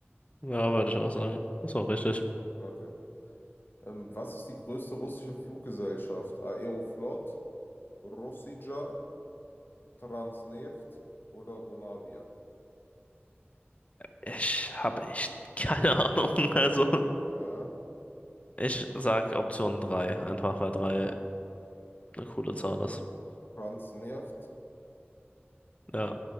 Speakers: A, on the left; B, on the left.
A: ja, würde ich auch sagen. Ist auch richtig.
B: okay. Ähm, was ist die größte russische Fluggesellschaft? Aeroflot, Rossija, Transneft oder Donavia?
A: Ich habe echt keine <laughs> Ahnung. Also,
B: Ja,
A: ich sag Option 3, einfach weil 3 eine coole Zahl
B: Tr
A: ist.
B: Transneft
A: Ja,